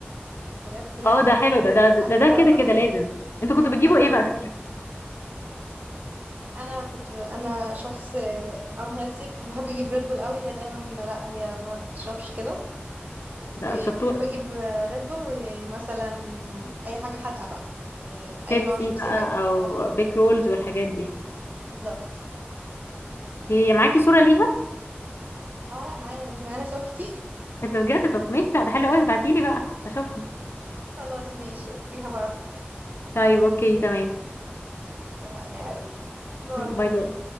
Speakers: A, on the right (about 40°); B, on the left (about 75°).
A: بجد لا
B: اه
A: كانت
B: ده حلو ده ده ده,
A: احلى
B: ده كده
A: فترة
B: كده لازم انتوا كنتوا بتجيبوا
A: اه
B: ايه بقى تاكلوا؟
A: انا كنت ب... انا شخص ان هيلثي كنت بحب اجيب ريد بول قوي هي دايما لا هي ما بتشربش كده وبحب
B: ده شطوره
A: اجيب ريد بول ومثلا اي حاجه حادقه بقى يعني اي
B: شيبسي
A: نوع شيبسي
B: بقى
A: حادق
B: او
A: اه
B: بيك رولز والحاجات دي
A: بالظبط
B: هي معاكي صوره ليها
A: اه لا معانا معانا صور كتير
B: انت بجد طب ماشي لا ده حلو قوي ابعتيلي بقى اشوفها
A: خلاص ماشي اوكي هبعتلك
B: طيب اوكي تمام
A: اتفقنا يا حبيبي باي
B: باي باي